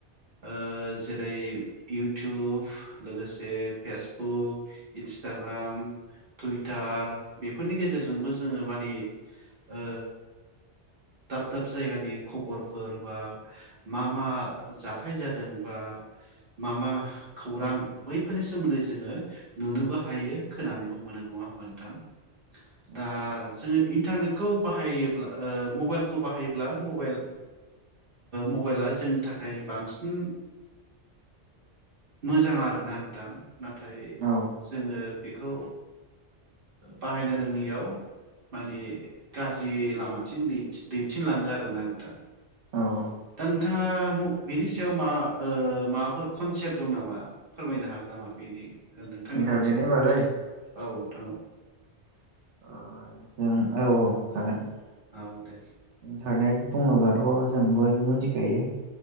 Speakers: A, on the right; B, on the right.
A: ओ जेरै इउटुब लोगोसे फेसबुक फेसबुक इन्सटाग्राम टुइटार बेफोरनि गेजेरजोंबो जोङो माने ओ दाब दाब जायगानि खबरफोर बा मा मा जाथाय जादों बा मा मा खौरां बैफोरनि सोमोन्दै जोङो नुनोबो हायो खोनानोबो मोनो नङा मोनदों दा
B: औ
A: जोङो इन्टारनेटखौ बाहायोब्ला मबाइलखौ बाहायोब्ला मबाइल मबाइला जोंनि थाखाय बांसिन मोजां आरोना नोंथां नाथाय
B: औ
A: जोङो बेखौ बाहायनो रोङैयाव माने गाज्रि लामाथिं दैथिनलाङो आरोना नोंथां।
B: औ
A: दा नोंथाङा बेनि सायाव मा माबाफोर ओ कनसेप्ट दं नामा फोरमायनो हागोन नामा? बेनि औ नोंथांनि
B: इन्टारनेटनि
A: कनसेप्टखौ
B: बागै
A: औ नोंथां औ।
B: ओ औ औ हागोन
A: औ दे
B: इन्टारनेट बुङोब्लाथ' जों बयबो मिथिखायो